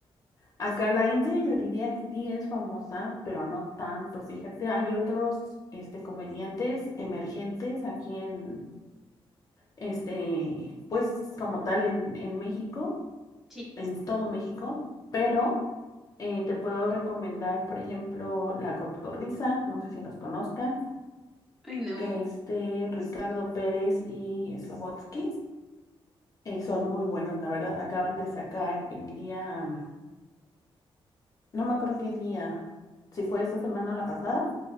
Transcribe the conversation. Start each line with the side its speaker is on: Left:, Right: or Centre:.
Left: acá la India Yuridia sí es famosa, pero no tanto. Fíjate, hay otros este, comediantes emergentes aquí en, este, pues como tal en, en México,
Centre: Sí.
Left: en todo México, pero... Eh, te puedo recomendar, por ejemplo, La Cotorrisa, no sé si los conozcas,
Centre: Ay, no.
Left: que este Ricardo Pérez y Slobotsky eh, son muy buenos, la verdad. Acaban de sacar el día, mm, no me acuerdo qué día, si fue esta semana o la pasada,